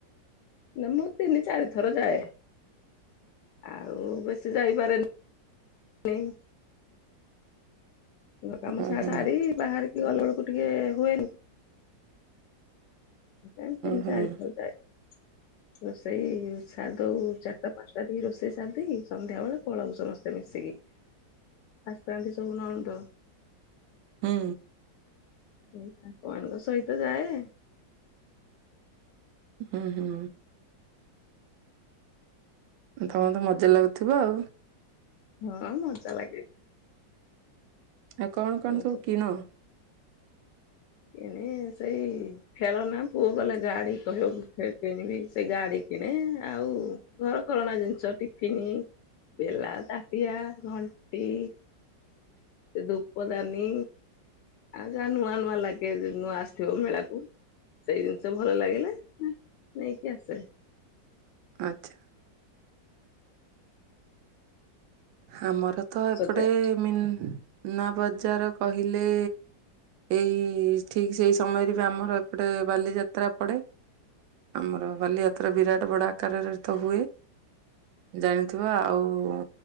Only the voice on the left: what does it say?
ନା ମୁଁ ତିନି ଚାରି ଥର ଯାଏ। ଆଉ ବେଶୀ ଯାଇପାରେନି। କାମ
ସାରି
ବାହାରିକି ଗଲାବେଳକୁ ଟିକେ ହୁଏନି। ନାଇଁ ତିନି
ଚାରି ଥର ଯାଏ।
ରୋଷେଇ ସାରିଦଉ ଚାରିଟା ପାଞ୍ଚଟା ଦେଇକି ରୋଷେଇ ସାରିଦେଇକି ସନ୍ଧ୍ୟା ବେଳେ ପଳଉ ସମସ୍ତେ ମିଶିକି।
ଆସିଥାନ୍ତି ସବୁ ନଣନ୍ଦ।
ସେଇ ତାଙ୍କ ମାନଙ୍କ ସହିତ ଯାଏ।
ହଁ ମଜା ଲାଗେ।
ବହୁତ
କିଣେ ସେଇ ଖେଳନା ପୁଅ ଗଲେ ଗାଡି କହିବ ମୁଁ କିଣିବି ସେ ଗାଡି କିଣେ ଆଉ। ଘରକରଣା ଜିନିଷ ଟିଫିନ୍ ବେଲା ତାତିଆ ଘଣ୍ଟି। ସେ ଧୂପ ଦାନୀ ଆଉ ଯାହା ନୂଆ ନୂଆ ଲାଗେ ଉଁ ନୂଆ ଆସିଥିବ ମେଳାକୁ। ସେଇ ଜିନିଷ ଭଲ ଲାଗିଲେ ଉଁ ନେଇକି ଆସେ।
ସଜାଏ